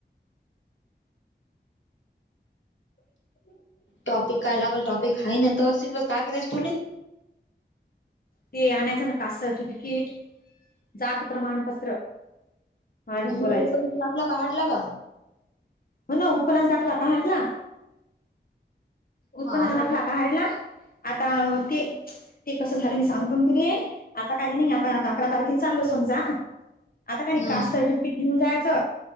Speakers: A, on the left; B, on the left.
A: हम
B: टॉपिक काय लागेल टॉपिक आहे ना तर <unintelligible> काय करायच तुली?
A: ते आणायचं ना कास्ट सर्टिफिकेट, जात प्रमाणपत्र. मराठीत
B: हो
A: बोलायचं
B: पण तो आपला काढला का.
A: हो ना उत्पन्नाचा दाखला काढला. उत्पन्नाचा
B: हा नाही
A: दाखला काढला? आता ते, ते कसं झालं मी सांगून काय तुले? आता काही नाही आपण अकरा तारखेला चाललो समजा आता काय नाही
B: हा
A: कास्ट सर्टिफिकेट घेऊन जायचं